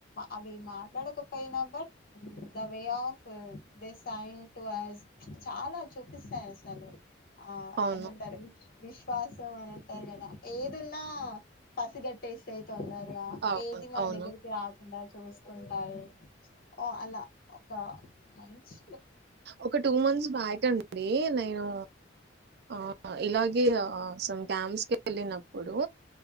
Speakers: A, on the left; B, on the right.
A: అవి మాట్లాడకపోయినా but the way of sign to us చాలా చూపిస్తాయ్ అసలు ఆ
B: అవును.
A: ఏమంటారువి విశ్వాసం అని అంటారు కదా ఏదున్నా పసిగట్టేసే తొందరగా
B: అవును.
A: ఏది మన
B: అవును.
A: దగ్గరికి రాకుండా చు చూసుకుంటాయి ఓ అలా ఒక మంచి
B: ఒక two months back and they నేను ఆ ఇలాగే ఆ సం క్యాంప్స్ కి వెళ్ళినప్పుడు